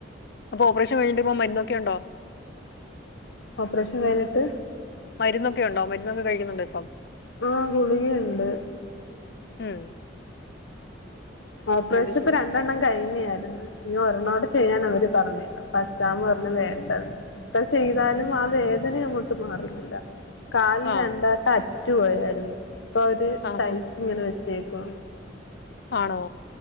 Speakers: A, on the left; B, on the left.
A: അപ്പൊ ഓപ്പറേഷൻ കഴിഞ്ഞിട്ട്പ്പൊ മരുന്നൊക്കെ യുണ്ടോ
B: ഓപ്പറേഷൻ കൈങിട്
A: മരുന്നൊക്കെ ഉണ്ടോ മരുന്നൊക്കെ കഴിക്കുന്നുണ്ടോ ഇപ്പം.
B: ആ ഗുളികകെണ്ട്.
A: ഉം
B: ഓപ്പറേഷൻ
A: അത് ശരി
B: പ്പൊ രണ്ടെണ്ണം കഴിനെആയിരുന്നു. ഇനി ഒരൊനോടിം ചെയ്യാൻ അവര് പറന്നേത് അപച്ചാമ പറഞ് വേണ്ടന്ന്. ഇത്ര ചെയ്താലും ആ വേദന അങ്ങോട്ട് മാറുന്നില്ല. കാലിൽ
A: ആ
B: രണ്ടാട്ടം അറ്റുപയായിരുന്നു ഇപ്പൊ അവര്
A: ആഹാ
B: തയ്ച്ച് ഇങ്ങനെ വെച്ചേക്കും
A: ആണോ?